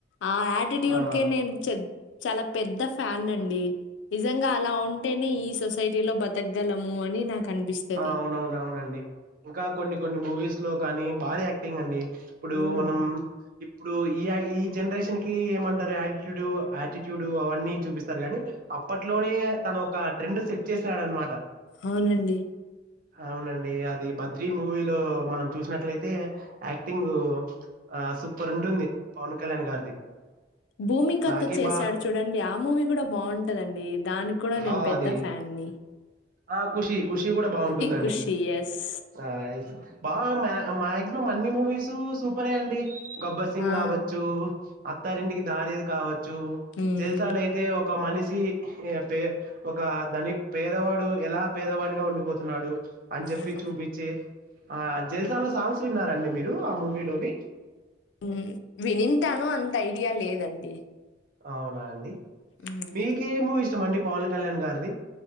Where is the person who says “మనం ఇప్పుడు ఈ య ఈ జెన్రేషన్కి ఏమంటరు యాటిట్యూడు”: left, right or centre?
Right